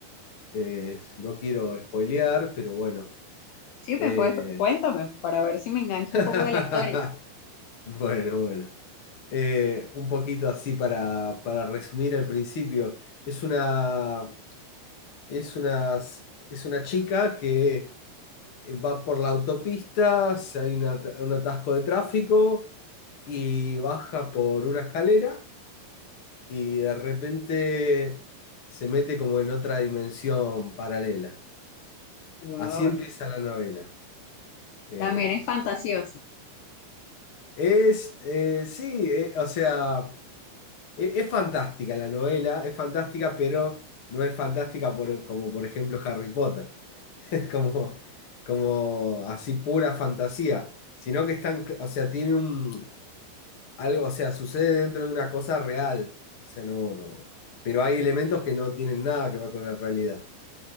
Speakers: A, on the left; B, on the left.
A: Eh, no quiero spoilear, pero bueno.
B: Sí, me
A: eh,
B: puedes, cuéntame para ver si me engancho
A: <laughs>
B: un poco de la historia.
A: Bueno, bueno. Eh, un poquito así para, para resumir al principio. Es una, es una, es una chica que eh, va por la autopista, si hay una- un atasco de tráfico y baja por una escalera y de repente se mete como en otra dimensión paralela.
B: Wow,
A: Así empieza la novela. Eh,
B: también es fantasioso.
A: es, eh, sí, eh, o sea... Es, es fantástica la novela, es fantástica, pero no es fantástica por, como por ejemplo Harry Potter, <laughs> es como, como así pura fantasía, sino que están, o sea, tiene un algo, o sea, sucede dentro de una cosa real, o sea, no, no, pero hay elementos que no tienen nada que ver con la realidad,